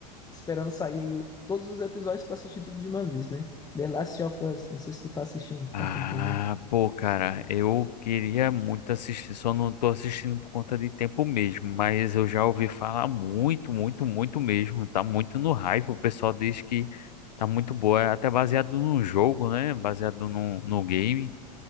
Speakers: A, on the left; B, on the left.
A: esperando sair todos os episódios pra assistir tudo de uma vez, né? The Last of Us. Não sei se tu tá assistindo,
B: ah,
A: tu acompanhou.
B: pô, cara, eu queria muito assistir, só não tô assistindo por conta de tempo mesmo, mas eu já ouvi falar muito, muito, muito mesmo, tá muito no hype, o pessoal diz que tá muito boa, é até baseado num jogo, né? Baseado num no game.